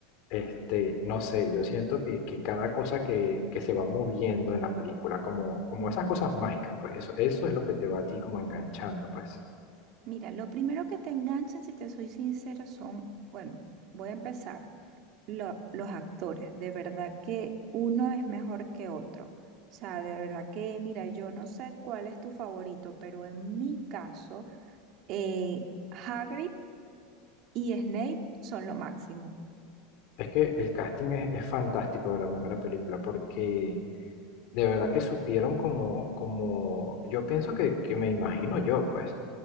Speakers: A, on the left; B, on the right.
A: este, no sé, yo siento que, que cada cosa que, que se va moviendo en la película, como, como esas cosas mágicas, pues eso, eso es lo que te va a ti como enganchando, pues.
B: Mira, lo primero que te enganchan, si te soy sincera, son, bueno, voy a empezar, lo- los actores. De verdad que uno es mejor que otro. O sea, de verdad que, mira, yo no sé cuál es tu favorito, pero en mi caso, eh, Hagrid y Snape son lo máximo.
A: Es que el casting es, es fantástico de la primera película porque de verdad que supieron como, como, yo pienso que, que me imagino yo, pues,